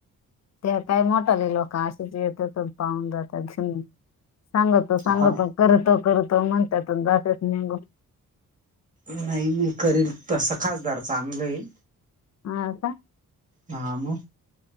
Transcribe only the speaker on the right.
हा
नाही मी करील तसं खासदार चांगल आहे.
हां म